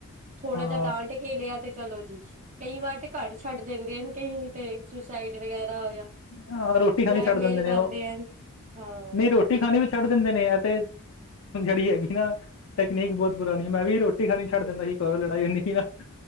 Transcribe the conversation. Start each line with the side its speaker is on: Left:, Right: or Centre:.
Right: ਥੋੜਾ
Left: ਹਾਂ
Right: ਜਿਹਾ ਡਾਂਟ ਕੇ ਲਿਆ ਤੇ ਚਲੋ ਜੀ। ਕਈ ਵਾਰ ਤੇ ਘਰ ਛੱਡ ਦਿੰਦੇ ਹਨ ਕਈ ਤੇ। ਸੁਸਾਈਡ ਵਗੈਰਾ ਜਾਂ
Left: ਹਾਂ ਰੋਟੀ
Right: ਬਲੈਕਮੇਲ
Left: ਖਾਣੀ ਛੱਡ ਦਿੰਦੇ ਨੇ
Right: ਕਰਦੇ
Left: ਉਹ
Right: ਹਨ। ਹਾਂ
Left: ਨਹੀਂ
Right: ਬਿਲਕੁਲ
Left: ਰੋਟੀ ਖਾਣੀ ਵੀ ਛੱਡ ਦਿੰਦੇ ਨੇ ਆ ਤੇ ਹੁਣ ਜਿਹੜੀ ਹੈਗੀ ਨਾ ਟੈਕਨੀਕ ਬਹੁਤ ਪੁਰਾਣੀ, ਮੈਂ ਵੀ ਰੋਟੀ ਖਾਣੀ ਛੱਡ ਦਿੰਦਾ ਸੀ। ਕਦੋਂ ਲੜਾਈ ਹੁੰਦੀ ਸੀ ਨਾ